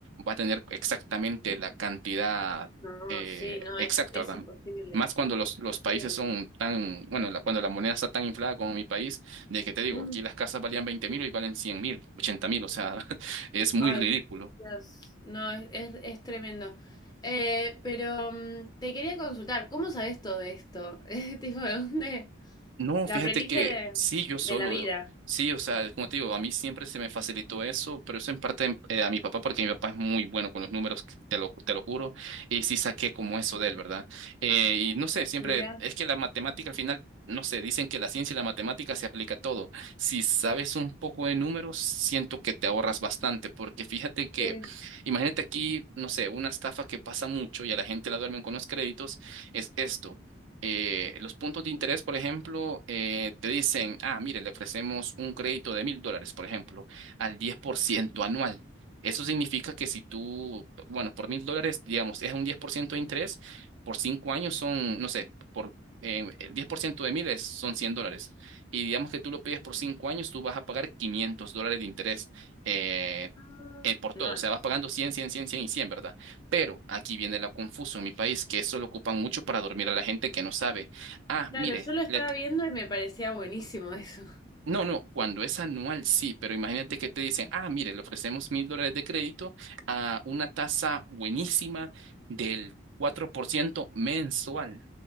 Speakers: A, on the right (about 75°); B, on the left (about 20°).
A: va a tener exactamente la cantidad
B: No,
A: eh,
B: sí, no,
A: exacta,
B: es, es
A: ¿verdad?
B: imposible.
A: Más cuando los, los
B: Imposible.
A: países son tan, bueno, la- cuando la moneda está tan inflada como mi país, de que te digo,
B: Mm,
A: aquí las casas valían veinte mil y valen cien mil, ochenta mil, o sea, <laughs> es muy
B: Ay,
A: ridículo.
B: Dios. No, es, es- es tremendo. Eh, pero mm, te quería consultar, ¿cómo sabes todo esto? <laughs> Eh, Tipo, ¿de dónde?
A: No,
B: ¿La
A: fíjate
B: aprendiste
A: que
B: de,
A: sí, yo
B: de
A: solo,
B: la vida?
A: sí, o sea, como te digo, a mí siempre se me facilitó eso, pero eso en parte eh, a mi papá, porque mi papá es muy bueno con los números, que- te lo, te lo juro, y sí saqué como eso de él, ¿verdad? Eh, y no sé, siempre,
B: Mira,
A: es que la matemática al final, no sé, dicen que la ciencia y la matemática se aplica a todo. Si sabes un poco de números, siento que te ahorras bastante, porque fíjate que,
B: sí.
A: imagínate aquí, no sé, una estafa que pasa mucho y a la gente la duermen con los créditos, es esto. Eh, los puntos de interés, por ejemplo, eh, te dicen, ah, mire, le ofrecemos un crédito de mil dólares, por ejemplo, al 10% anual. Eso significa que si tú, bueno, por mil dólares, digamos, es un 10% de interés, por cinco años son, no sé, por eh, el 10% de mil es- son 100 dólares. Y digamos que tú lo pides por cinco años, tú vas a pagar 500 dólares de interés eh,
B: Ah,
A: eh, por todo.
B: No,
A: O sea, vas pagando 100, 100, 100, 100 y 100, ¿verdad? Pero aquí viene lo confuso en mi país, que eso lo ocupan mucho para dormir a la gente que no sabe. Ah,
B: claro,
A: mire,
B: yo lo estaba
A: le-
B: viendo y me parecía buenísimo eso.
A: no, no, cuando es anual sí, pero imagínate que te dicen, ah, mire, le ofrecemos mil dólares de crédito a una tasa buenísima del 4% mensual.